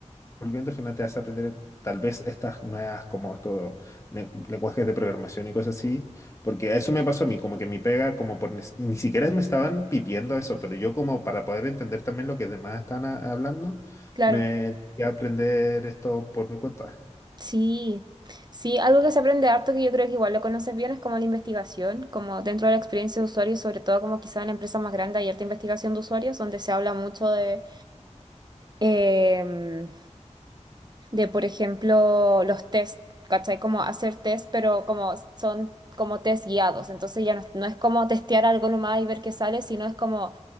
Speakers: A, on the left; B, on the right.
A: volviendo al final te hace aprender tal vez estas nuevas, como estos le- lenguajes de programación y cosas así, porque eso me pasó a mí, como que mi pega, como por nes- ni siquiera me estaban pidiendo eso, pero yo como para poder entender también lo que demás están a- hablando,
B: Claro,
A: me fui a aprender esto por mi cuenta.
B: Sí, sí, algo que se aprende harto que yo creo que igual lo conoces bien es como la investigación, como dentro de la experiencia de usuario, sobre todo como quizá en la empresa más grande hay harta investigación de usuarios, donde se habla mucho de, em, de por ejemplo, los test, ¿cachai? Como hacer test, pero como son como test guiados, entonces ya no, no es como testear algo nomás y ver qué sale, sino es como